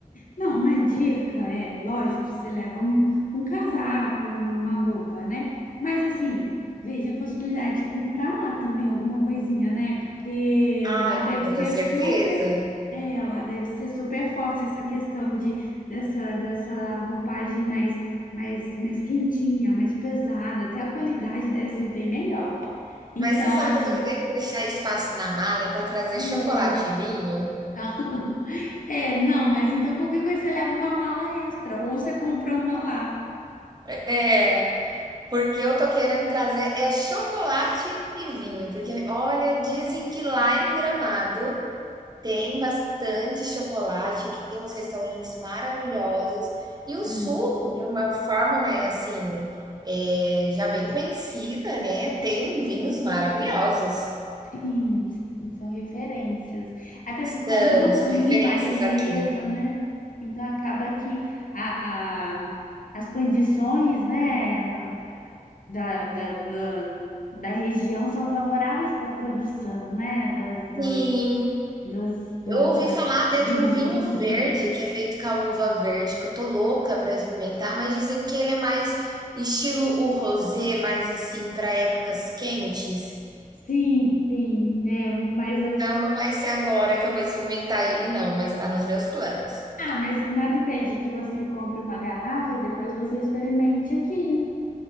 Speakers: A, on the left; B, on the right.
A: Não, uma dica é, lógico, você leva um, um casaco, uma roupa, né? Mas assim, veja a possibilidade de comprar lá também alguma coisinha, né? Porque lá
B: Ai,
A: deve
B: com toda
A: ser
B: certeza.
A: super, é, lá deve ser super forte essa questão de dessa, dessa roupagem mais, mais, mais quentinha, mais pesada, até a qualidade deve ser bem melhor. Então,
B: Mas você sabe
A: às,
B: que eu tô querendo deixar espaço na mala é para trazer
A: é,
B: chocolate e vinho?
A: <laughs> É, não, mas então qualquer coisa você leva uma mala extra ou você compra uma lá.
B: É, Porque eu tô querendo trazer é chocolate e vinho, porque olha, dizem que lá em Gramado tem bastante chocolate, que tem uns restaurantes maravilhosos, e o sul,
A: Hum,
B: de uma forma, né, assim, é, já bem conhecida, né, tem vinhos maravilhosos.
A: Sim, sim, são referências. Até
B: São,
A: por causa do
B: são
A: clima,
B: referências
A: relevo,
B: aqui.
A: né? Então acaba que a, a- as condições, né, da, da, da, da região são favoráveis para a produção, né, das, da,
B: Sim,
A: das, da
B: Eu ouvi falar até
A: vi-
B: de um vinho
A: vinicultura.
B: verde, que é feito com a uva verde, que eu tô louca pra experimentar, mas dizem que ele é mais estilo o rosé, mais assim, pra épocas quentes.
A: Sim, sim, é, mas
B: Então não vai ser agora que eu vou experimentar ele, não, mas tá nos meus planos.
A: Ah, mas nada impede que você compre uma garrafa e depois você experimente aqui.